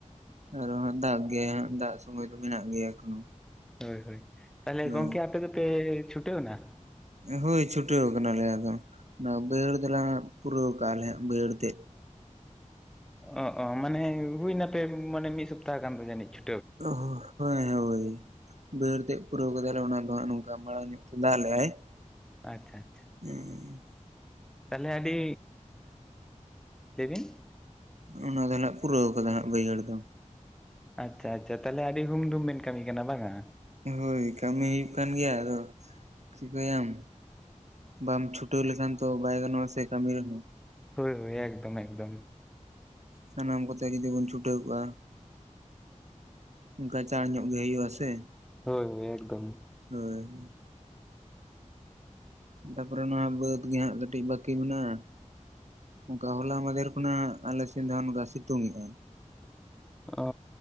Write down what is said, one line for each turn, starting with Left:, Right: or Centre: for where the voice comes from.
Right: ᱟᱨᱚ ᱦᱟᱸᱜ ᱫᱟᱜ ᱜᱮᱭᱟᱭ ᱦᱟᱸᱜ ᱫᱟᱜ ᱥᱳᱢᱳᱭ ᱫᱚ ᱢᱮᱱᱟᱜ ᱜᱮᱭᱟ ᱮᱠᱷᱚᱱᱳ᱾
Centre: ᱦᱳᱭ ᱦᱳᱭ ᱛᱟᱦᱞᱮ
Right: ᱦᱳᱭ
Centre: ᱜᱚᱝᱠᱮ ᱟᱯᱮ ᱫᱚ ᱯᱮ ᱪᱷᱩᱴᱟᱹᱣ ᱮᱱᱟ?
Right: ᱦᱳᱭ ᱪᱷᱩᱴᱟᱹᱣ ᱠᱟᱱᱟ ᱞᱮ ᱟᱫᱚ, ᱚᱱᱟ ᱵᱟᱹᱭᱦᱟᱹᱲ ᱫᱷᱟᱨᱮ ᱦᱟᱸᱜ ᱯᱩᱨᱟᱹᱣ ᱠᱟᱜᱼᱟ ᱞᱮ ᱵᱟᱹᱭᱦᱟᱹᱲ ᱛᱮᱫ᱾
Centre: ᱚ ᱚ ᱢᱟᱱᱮ ᱦᱩᱭ ᱱᱟ ᱯᱮ ᱫᱤᱱ ᱢᱟᱱᱮ ᱢᱤᱫ ᱥᱚᱯᱛᱟᱦᱚ ᱜᱟᱱ ᱫᱚ ᱡᱟᱹᱱᱤᱡ ᱪᱚ?
Right: ᱚᱦ ᱦᱳᱭ ᱦᱳᱭ᱾ ᱵᱟᱹᱭᱦᱟᱹᱲ ᱛᱮᱫ ᱯᱩᱨᱟᱹᱣ ᱠᱟᱫᱟ ᱞᱮ, ᱚᱱᱟ ᱫᱚ ᱦᱟᱸᱜ ᱱᱚᱝᱠᱟ ᱢᱟᱬᱟᱝ ᱧᱚᱜ ᱛᱮ ᱫᱟᱜ ᱞᱮᱜᱼᱟᱭ ᱾
Centre: ᱟᱪᱪᱷᱟ ᱟᱪᱪᱷᱟ᱾
Right: ᱦᱩᱸᱻ᱾
Centre: ᱛᱟᱦᱞᱮ ᱟᱹᱰᱤ, ᱞᱟᱹᱭ ᱵᱤᱱ᱾
Right: ᱚᱱᱟ ᱫᱚ ᱱᱟᱦᱟᱜ ᱯᱩᱨᱟᱹᱣ ᱠᱟᱫᱟ ᱦᱟᱸᱜ ᱵᱟᱹᱭᱦᱟᱹᱲ ᱫᱚ᱾
Centre: ᱟᱪᱪᱷᱟ ᱟᱪᱪᱷᱟ ᱛᱟᱦᱞᱮ ᱟᱹᱰᱤ ᱦᱩᱢ ᱫᱩᱢ ᱵᱤᱱ ᱠᱟᱹᱢᱤ ᱠᱟᱱᱟ ᱵᱟᱝᱼᱟ?
Right: ᱦᱳᱭ ᱠᱟᱹᱢᱤ ᱦᱩᱭᱩᱜ ᱠᱟᱱ ᱜᱮᱭᱟ, ᱟᱫᱚ ᱪᱤᱠᱟᱹᱭᱟᱢ? ᱵᱟᱢ ᱪᱷᱩᱴᱟᱹᱣ ᱞᱮᱠᱷᱟᱱ ᱛᱚ ᱵᱟᱭ ᱜᱟᱱᱚᱜᱼᱟ ᱥᱮ ᱠᱟᱹᱢᱤ ᱨᱮ ᱦᱚᱸ᱾
Centre: ᱦᱳᱭ ᱦᱳᱭ, ᱮᱠᱫᱚᱢ ᱮᱠᱫᱚᱢ᱾
Right: ᱥᱟᱱᱟᱢ ᱠᱚᱛᱮ ᱡᱩᱫᱤ ᱵᱚᱱ ᱪᱷᱩᱴᱟᱹᱣ ᱠᱚᱜᱼᱟ᱾ ᱜᱟᱡᱟᱲ ᱧᱚᱜ ᱜᱮ ᱦᱩᱭᱩᱜ-ᱟ ᱟᱥᱮ᱾
Centre: ᱦᱳᱭ ᱦᱳᱭ ᱮᱠᱫᱚᱢ᱾
Right: ᱦᱳᱭ ᱛᱟᱯᱚᱨᱮ ᱱᱚᱣᱟ ᱵᱟᱹᱫᱽ ᱜᱮ ᱦᱟᱸᱜ ᱠᱟᱹᱴᱤᱡ ᱵᱟᱹᱠᱤ ᱢᱮᱱᱟᱜ-ᱟ᱾ ᱚᱱᱠᱟ ᱦᱚᱞᱟ ᱢᱟᱫᱷᱮᱨ ᱠᱷᱚᱱᱟᱜ ᱟᱞᱮ ᱥᱮᱱ ᱫᱚ ᱦᱟᱸᱜ ᱱᱚᱝᱠᱟ ᱥᱤᱛᱩᱝ ᱮᱜ-ᱟᱭ᱾
Centre: ᱚ